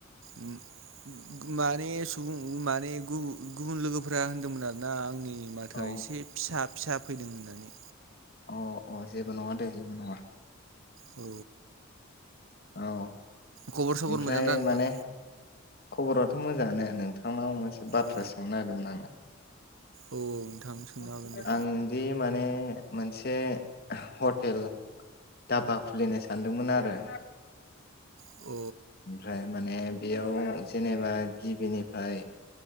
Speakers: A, on the right; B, on the left.
A: उम माने सुबुं माने गुबु गुबुन लोगोफोरा होनदोंमोन आरोना आंनि माथोआ
B: औ
A: एसे फिसा फिसा फैदों होननानै
B: अ अ जेबो नङा दे जेबो नङा
A: औ
B: औ
A: खबर सबर
B: ओमफ्राय
A: मोजां दा नोंथां
B: माने खबराथ' मोजांआनो नोंथांनाव मोनसे बाथ्रा
A: अ
B: सोंनो नागिरदोंमोन आङो
A: औ
B: <inaudible>
A: नोंथां सोंनो हागोन दे
B: आंदि माने मोनसे ह'टेल धाबा खुलिनो सानदोंमोन आरो
A: अ
B: आमफ्राय माने बेयाव जेनेबा गिबिनिफाय